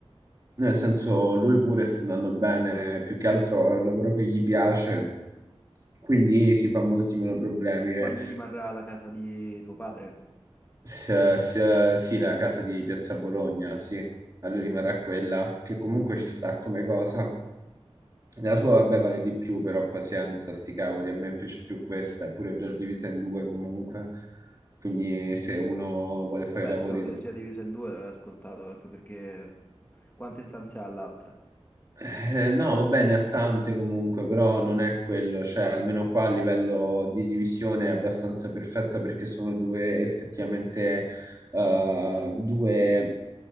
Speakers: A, on the right; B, on the left.
A: nel senso lui pure sta andando bene, più che altro è un lavoro che gli piace, quindi si fa molti meno problemi. Eh,
B: Ma gli rimarrà la casa di tuo padre?
A: S- s- sì, la casa di Piazza Bologna, sì, a lui rimarrà quella che comunque ci sta come cosa. La sua, vabbè, vale di più, però pazienza, sti cavoli, a me piace più questa, eppure è già divisa in due comunque. Quindi se uno vuole fare
B: Beh,
A: i lavori
B: il fatto che sia diviso in due non è scontato anche perché quante stanze ha l'altra?
A: Eh, no, va bene, ha tante comunque, però non è quello, cioè almeno qua a livello di divisione è abbastanza perfetta perché sono due effettivamente eh, due